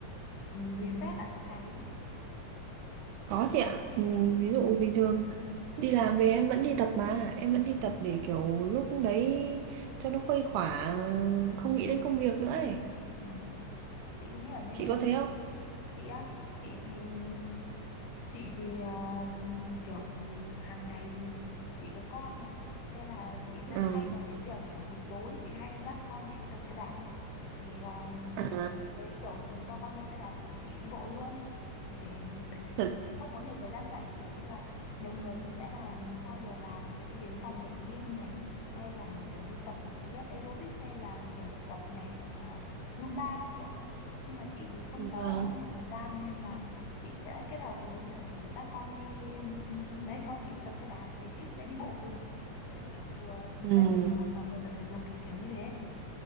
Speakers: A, on the left; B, on the right.
A: refresh lại một ngày không
B: Có chị ạ, Ừm, ví dụ bình thường đi làm về em vẫn đi tập mà, em vẫn đi tập để kiểu lúc đấy cho nó khuây khỏa, không nghĩ đến công việc nữa ấy.
A: Ừ. chị cứ nghĩ là nên
B: Chị
A: thế
B: có thế không?
A: chị á chị thì chị thì ờ, kiểu hàng ngày thì chị có con mà nên là chị sẽ
B: Ừ.
A: thay bằng cái việc kiểu buổi tối chị hay dắt con chị đi tập xe đạp ấy thì ờ,
B: À,
A: với kiểu cho con đi xe đạp thì chị đi bộ luôn để để tại chị
B: thật,
A: chị không có nhiều thời gian rảnh kiểu như là nhiều người thì sẽ làm sau giờ làm thì sẽ đi đến phòng tập gym này hay là kiểu đi tập một cái lớp aerobic hay là kiểu tập nhảy à, Zumba các kiểu ấy nhưng mà chị thì không
B: vâng.
A: có nhiều thời gian nên là chị sẽ kết hợp cùng với việc kiểu dắt con đi ừm, đấy con chị đi tập xe đạp thì chị sẽ đi bộ cùng Thế là kiểu vừa
B: Ừ.
A: trông được con mà vừa tập thể dục kiểu kiểu như thế